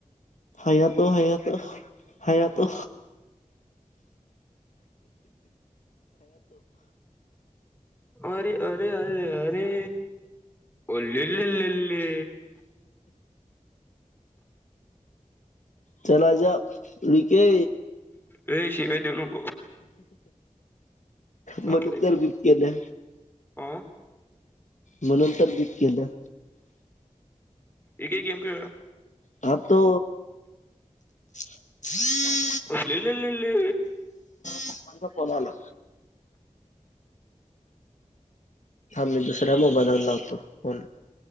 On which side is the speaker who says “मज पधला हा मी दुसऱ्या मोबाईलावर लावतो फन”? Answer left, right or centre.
Left